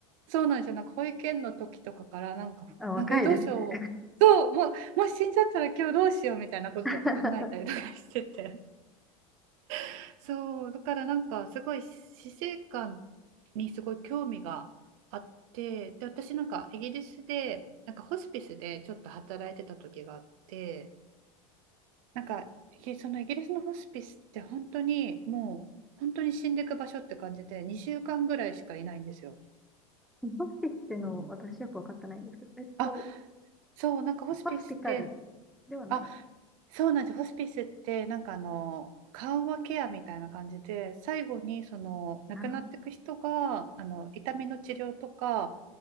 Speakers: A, on the right; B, in the centre.
A: うそうなんですよなんか保育園の時とかからなんかなんかえどうしようそうもうもし死んじゃったら今日どうしようみたいなこととか考えたりとかしてて
B: あ、若いですね。<laughs>
A: <laughs> そうだからなんかすごい死生観にすごい興味があってで私なんかイギリスでなんかホスピスでちょっと働いてた時があって。なんか、ひそのイギリスのホスピスって本当にもう本当に死んでいく場所って感じで2週間ぐらいしかいないんですよ。
B: ホスピスっていうのを私よく分かってないんですけど、えっと、
A: あ、そう、なんかホスピスって、
B: ホスピタルではない。
A: あ、そうなんですホスピスってなんかあの緩和ケアみたいな感じで最後にその亡くなっていく人があの痛みの治療とか
B: なるほど。